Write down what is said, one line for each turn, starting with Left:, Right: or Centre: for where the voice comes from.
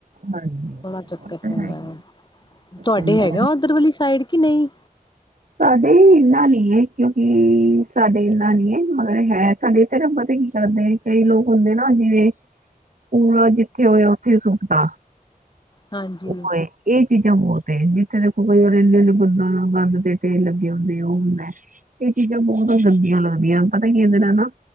Right: ਹਾਂਜੀ ਉਹ
Left: ਬੜਾ ਚੱਕਰ
Right: ਤਾਂ
Left: ਪੈਂਦਾ
Right: ਹੈ ਹੀ
Left: ਵ ਤੁਹਾਡੇ
Right: ਹੁੰਦਾ।
Left: ਹੈਗੇ ਉਹ ਸਾਈਡ ਕਿ ਨਹੀਂ
Right: ਸਾਡੇ ਇਨਾ ਨੀ ਹੈ ਕਿਉਂਕਿ ਸਾਡੇ ਇਨਾ ਨੀ ਹੈ ਮਗਰ ਹੈ ਸਾਡੇ ਧਰਬ ਤੇ ਕੀ ਕਰਦੇ ਕਈ ਲੋਕ ਹੁੰਦੇ ਨਾ ਜਿਵੇਂ ਪੂਰਾ ਜਿੱਥੇ ਹੋਇਆ ਉੱਥੇ ਸੁਖਦਾ
Left: ਹਾਂਜੀ,
Right: ਉਹ ਹੈ ਇਹ ਚੀਜ਼ਾਂ ਬਹੁਤ ਹੈ ਜ ਦੇਖੋ ਕੋਈ ਰ ਇੰਨੇਨੇ ਬੰ ਬੰਦਦੇ ਤੇ ਲੱਗੇ ਹੁੰਦੇ ਉਹ ਹੁੰਦਾ ਚੀਜ਼ਾਂ ਬਹੁਤ ਗੰਦੀਆਂ ਲੱਗਦੀਆਂ ਪਤਾ ਕੀ ਇਹਦੇ ਨਾਲ ਨਾ